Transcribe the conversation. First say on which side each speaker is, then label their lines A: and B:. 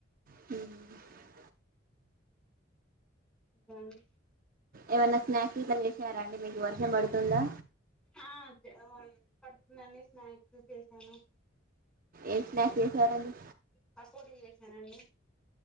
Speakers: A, on the right; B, in the centre.
A: ఉమ్
B: ఉమ్
A: ఏవన్నా స్నాక్స్ గిట్ల చేసారా అండి, మీకు వర్షం బడుతుందా.
B: ఆ <unintelligible> పడుతుందండి, స్నాక్స్ చేసాను.
A: ఏ స్నాక్ చేసారండి.
B: పకోడీ చేశానండి.